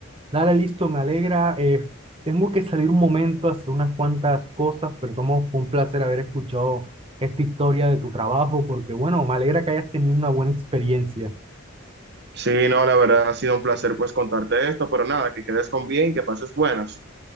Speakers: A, on the right; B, on the right.
A: Dale, listo, me alegra. eh, tengo que salir un momento a hacer unas cuantas cosas, pero tomo fue un placer haber escuchado esta historia de tu trabajo, porque bueno, me alegra que hayas tenido una buena experiencia.
B: Sí, no, la verdad ha sido un placer pues contarte esto, pero nada, que quedes con bien, que pases buenas.